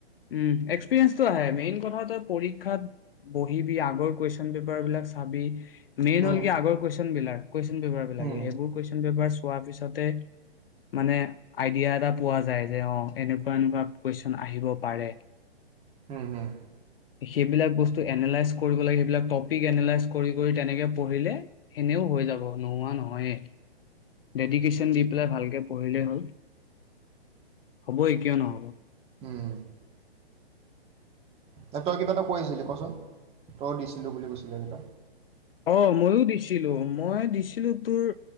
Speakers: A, on the left; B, on the right.
A: উম, এক্সপিৰিয়েঞ্চটো আহে মে কথা তই পৰীক্ষাত বহিবি আগৰ কুৱেশচন পেপাৰ বিলাক চাবি মেইন
B: উম
A: হল আগৰ কৈছ কোন বিলগ? কুৱেচন পেপাৰ বিলাকে,
B: উম
A: সেইবোৰ কুৱেচন পেপাৰ চোৱাৰ পিছত তাতে মানে আইডিয়া এটা পোৱা যায় যে অ', এনেকুৱা-এনেকুৱা কুৱেশন আহিব পাৰে
B: উম, উম।
A: সেইবিলাক বস্তু এনালাইজ কৰিব লাগে, সেইবিলাক টপিক এনালাইজ কৰি-কৰি তেনেকে পঢ়িলে সেনেও হৈ যাব নোহোৱা নহয়েই। ডেডিকেশ্যন দি পেলাই ভালকে পঢ়িলেই হ'ল, হ'ব‌ই কিয় নহ'ব।
B: উম, ন তই কিবা এটা কৈ আছিলি কচোন তই দিছিলো বুলি কৈছিলি একেটা।
A: অ ময়ো দিছিলো মই দিছিলোঁ তোৰ